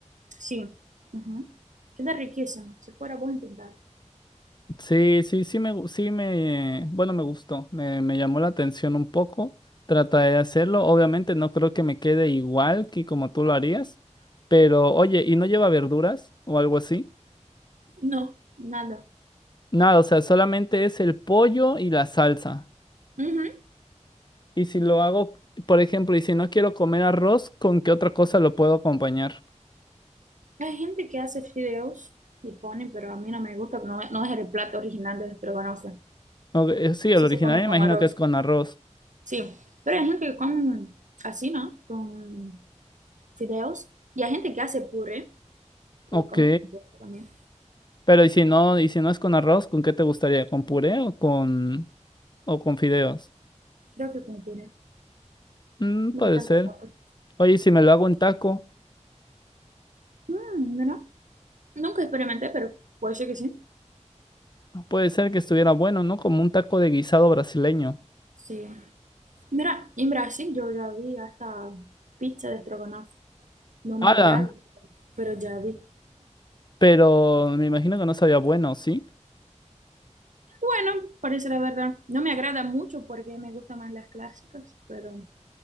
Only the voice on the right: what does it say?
Sí, ujú. Queda riquísimo. Si fuera, vos intentar.
No, nada.
Ujú.
Hay gente que hace fideos y pone, pero a mí no me gusta, no, no es el plato original de Estrogonofe.
Eso
se come
con arroz.
Sí, pero hay gente que come así, ¿no? Con fideos. Y hay gente que hace puré
y come con puré también.
Creo que con puré.
Me
encanta
papa.
Mm, mira, nunca experimenté, pero puede ser que sí.
Sí. Mira, en Brasil yo ya vi hasta pizza de estrogonofe. No me
agrada, pero ya vi.
Bueno, parece la verdad. No me agrada mucho porque me gustan más las clásicas, pero